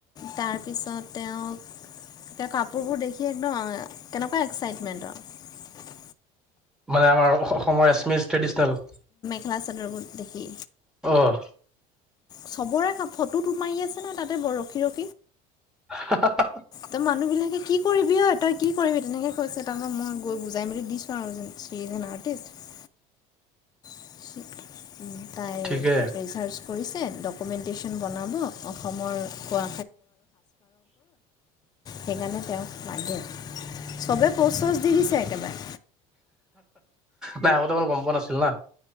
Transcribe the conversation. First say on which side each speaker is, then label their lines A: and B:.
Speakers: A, on the left; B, in the centre.
A: তাৰপিছত তেওঁক এ কাপোৰবোৰ দেখি একদম কেনেকুৱা এক্সচাইটমেণ্ট আ
B: মানে আমাৰ অসমৰ এচমিচ ট্ৰেডিচনেল
A: খেলা চাদৰবোৰ দেখি
B: অহ।
A: চবৰে ফটোতো মাৰি আছে নে তাতে ৰখি ৰখি
B: হা হা
A: ত মানুহ বিলাকে কি কৰি অ তই কি কৰিবি, তেনেকৈ কৈছে, তাৰপৰা মই গৈ বুজাই মেলি দিছোঁ আৰু যে আৰ্টিষ্ট <unintelligible> তাই
B: ঠিকে
A: ৰিচাৰ্ছ কৰিছে বাৰৰ ওপৰত সেইকাৰণে তেওঁক লাগে। চবে পচ চচ দি দিছে একেবাৰে
B: নাই আগতে মানে গম পোৱা নাছিল না